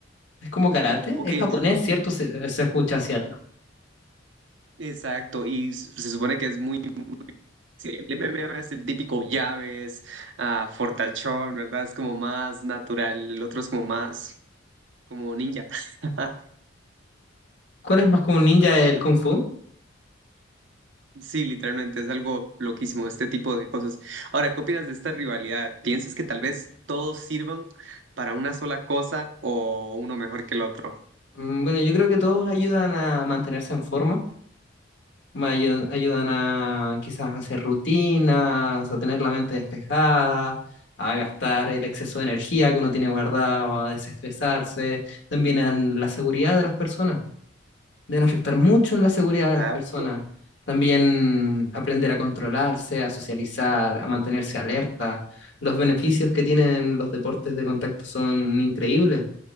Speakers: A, on the left; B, on the right.
A: ¿Es como karate?
B: Ok,
A: Es japonés,
B: el jiu-
A: ¿cierto? Se, se escucha asiático.
B: exacto, y s- se supone que es muy... sí, el MMA es el típico llaves, ah, fortachón, ¿verdad? Es como más natural, el otro es como más como ninja. <laughs>
A: ¿Cuál es más como un ninja el kung fu?
B: Sí, literalmente es algo loquísimo este tipo de cosas. Ahora, ¿qué opinas de esta rivalidad? ¿Piensas que tal vez todos sirvan para una sola cosa o uno mejor que el otro?
A: Mm, Bueno, yo creo que todos ayudan a mantenerse en forma. me ayu- ayudan a quizás hacer rutinas, a tener la mente despejada, a gastar el exceso de energía que uno tiene guardado, a desestresarse. También en la seguridad de las personas, deben afectar mucho en la seguridad de
B: Exacto,
A: las personas. También aprender a controlarse, a socializar, a mantenerse alerta. Los beneficios que tienen los deportes de contacto son increíbles,